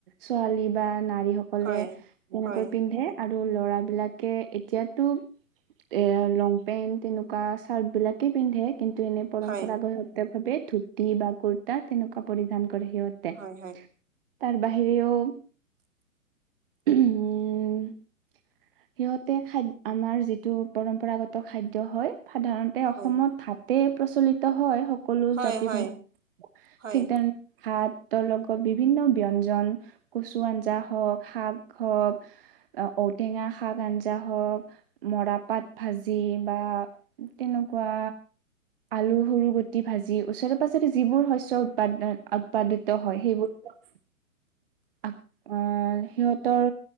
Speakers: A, on the right; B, on the right.
A: ছোৱালী বা নাৰী সকলে
B: হয়
A: তেনেকৈ
B: হয়
A: পিন্ধে আৰু ল'ৰা বিলাকে এতিয়াতো এ লংপেণ্ট তেনেকুৱা চাৰ্টবিলাকেই পিন্ধে কিন্তু এনে পৰম্পৰাগত
B: হয়
A: ভাৱে ধুতি বা কুৰ্তা তেনেকুৱা পৰিধান কৰে সিহঁতে।
B: হয়
A: তাৰ বাহিৰেও <unintelligible> সিহঁতে খাদ- আমাৰ যিটো পৰম্পৰাগত খাদ্য হয় সাধাৰণ সাধাৰণতে অসমত
B: হয়
A: ভাতে প্ৰচলিত হয় সকলো
B: হয়
A: জাতি
B: হয়
A: জন-
B: হয়
A: ঠিক তেনে ভাতৰ লগত বিভিন্ন ব্যঞ্জন কচু আঞ্জা হওক শাক হওক ঔটেঙা শাক আঞ্জা হওক মৰাপাত ভাজি বা তেনেকুৱা আলু সৰু গুটি ভাজি ওচৰে পাজৰে যিবোৰ শস্য উৎপাদন উৎপাদিত হয় সেইবোৰ আ অ' সিহঁতৰ